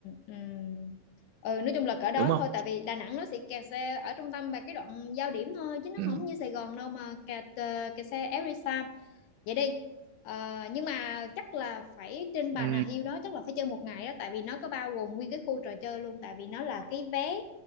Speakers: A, on the left (about 70°); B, on the right (about 80°).
A: ừ. ừ nói chung là cỡ đó
B: đúng không
A: thôi tại vì Đà Nẵng nó sẽ kẹt xe ở trung tâm và cái đoạn giao điểm thôi chứ nó
B: ừ.
A: không như Sài Gòn đâu mà kẹt ờ, kẹt xe every time vậy đi Ờ, nhưng mà chắc là phải trên Bà
B: ừ
A: Nà Hills đó chắc là phải chơi một ngày đó tại vì nó có bao gồm nguyên cái khu trò chơi luôn tại vì nó là cái vé